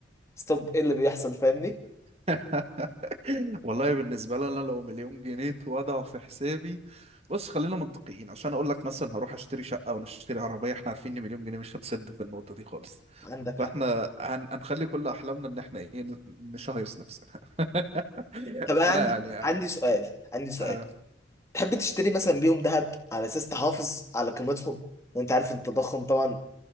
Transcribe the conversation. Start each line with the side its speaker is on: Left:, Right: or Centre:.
Left: ستوب ايه اللي بيحصل فاهمني
Right: <laughs> والله بالنسبة لي انا لو مليون جنيه اتوضعوا في حسابي بص خلينا منطقيين عشان اقول لك مثلا هروح اشتري شقة ولا اشتري عربية احنا عارفين ان مليون جنيه مش هتسد في النقطة دي خالص
Left: عندك
Right: فاحنا
Left: حق
Right: هن... هنخلي كل احلامنا ان احنا ايه ن- نشهيص نفسنا <laughs>
Left: طب
Right: فانا
Left: أنا عندي
Right: يعني
Left: عندي سؤال عندي سؤال
Right: آه
Left: تحب تشتري مثلا بيهم ذهب على اساس تحافظ على قيمتهم وانت عارف ان التضخم طبعا